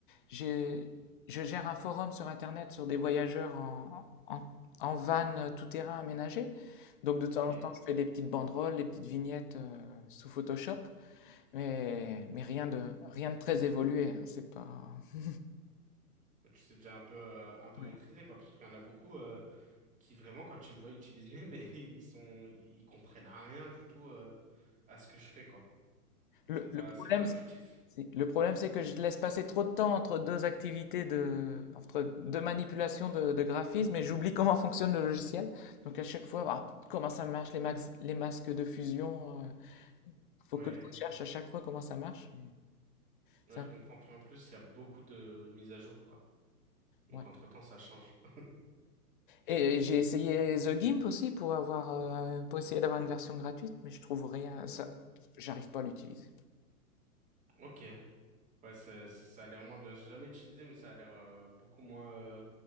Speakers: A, on the left; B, on the right.
A: j'ai- je gère un forum sur Internet sur des voyageurs en, en, en van tout-terrain aménagé. Donc, de temps
B: Ok.
A: en temps, je fais des petites banderoles, des petites vignettes euh, sous Photoshop. Mais, mais rien de, rien de très évolué. hein, C'est pas. <laughs>
B: Ouais, Tu sais déjà un peu, euh, un peu
A: Ouais.
B: maîtrisé, quoi. Parce qu'il y en a beaucoup euh, qui, vraiment, quand tu me vois utiliser, <laughs> mais ils sont, ils ils comprennent rien du tout euh, à ce que je fais, quoi.
A: Le,
B: C'est pas,
A: le problème,
B: c'est pas intuitif.
A: c'est c'est- le problème, c'est que je laisse passer trop de temps entre deux activités de, entre deux manipulations de, de graphisme et j'oublie comment fonctionne le logiciel. Donc à chaque fois, ah, comment ça marche les, max- les masques de fusion. euh, faut
B: Ouais,
A: que je recherche à chaque fois comment ça marche. C'est
B: ouais, je
A: un peu-
B: comprends plus en plus, il y a beaucoup de mises à jour, quoi. Donc,
A: ouais.
B: entre-temps, ça change. <laughs>
A: Et, et j'ai essayé The Gimp aussi pour avoir, euh, pour essayer d'avoir une version gratuite, mais je trouve rien. Ça, j'arrive pas à l'utiliser.
B: Ok. Ouais, ça, ça, ça a l'air moins bien. J'ai jamais utilisé, mais ça a l'air euh, beaucoup moins euh,